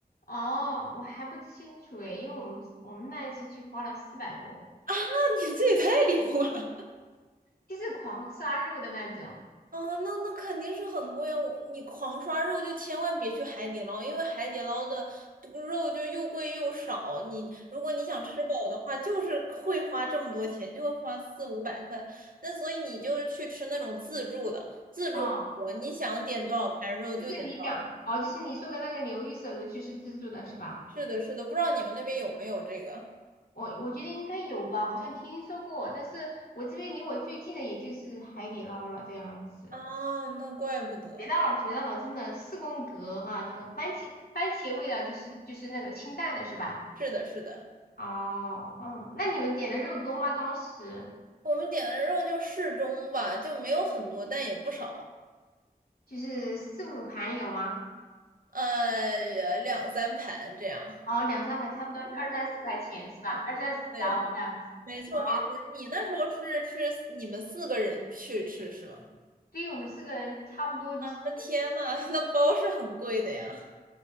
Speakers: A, on the left; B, on the right.
A: 哦，我还不清楚诶，因为我们我们那一次去花了四百多。
B: 啊，你这也太离谱了。
A: 就是狂杀肉的那种。
B: <laughs> 啊，那那肯定是很贵啊！我你狂刷肉就千万别去海底捞，因为海底捞的肉就又贵又少。你如果你想吃饱的话，就是会花这么多钱，就会花四五百块。那所以你就是去吃那种自助的自助火锅，
A: 哦，
B: 你想点多少盘肉就点多少盘。
A: 就是你讲哦，就是你说的那个牛一手的，就是自助的是吧？
B: 是的，是的，不知道你们那边有没有这个
A: 我我觉得应该有吧，好像听说过，但是我这边离我最近的也就是海底捞了这样子。
B: 啊？那怪不得。
A: 学到了，学到了，真的四宫格哈、挺番茄番茄味的，就是就是那个清淡的是吧？
B: 是的，是的。
A: 哦，嗯，那你们点的肉多吗？当时
B: 我们点的肉就适中吧，就没有很多，但也不少，
A: 就是四五盘有吗？
B: 呃，呀，两三盘这样。
A: 哦，两三盘差不多二三十块钱是吧？二三十刀这样子。
B: 对，没错没错。
A: 哦，
B: 你那时候是是你们四个人去吃是吗？
A: 对于我们四个人差不多就是，
B: 那天呐，<laughs> 那包是很贵的呀。